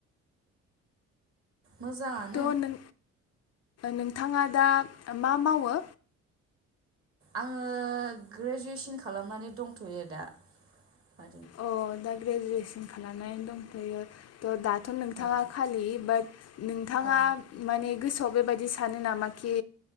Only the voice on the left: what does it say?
थ' नों नोंथाङा दा मा मावो
अ दा ग्रेजुवेसन खालामनानै दंथ'यो थ' दा थ' नोंथाङा
खालि बाट नोंथाङा
माने गोसो स' बेबायाददि सानो नामा कि